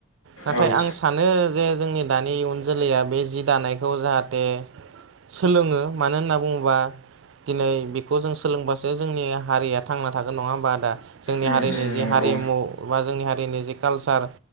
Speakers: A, on the right (about 60°); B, on the left (about 85°).
A: नाथाय
B: औ उम
A: आं सानो जे जोंनि दानि इयुन जोलैया बे जि दानायखौ जाहे जाहाथे सोलोङो मानो होनना बुङोब्ला दिनै बेखौ जों सोलोंबासो जोंनि हारिया थांना थागोन नङा होमबा आदा। जोंनि
B: उम
A: हारिनि जि
B: नंगौ
A: हारिमु बा जोंनि हारिनि जि कालसार